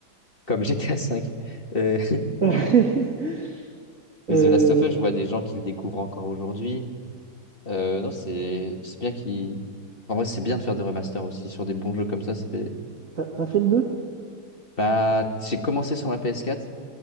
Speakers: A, on the left (about 25°); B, on the right (about 40°).
A: comme GTA 5. <laughs> mais
B: <laughs> Euh,
A: The Last of Us, je vois des gens qui le découvrent encore aujourd'hui. Euh, non, c'est c'est bien qu'ils. En vrai, c'est bien de faire des remasters aussi sur des bons jeux comme ça. Ça fait.
B: t'as, t'as fait le deux
A: Bah, j'ai commencé sur ma PS4,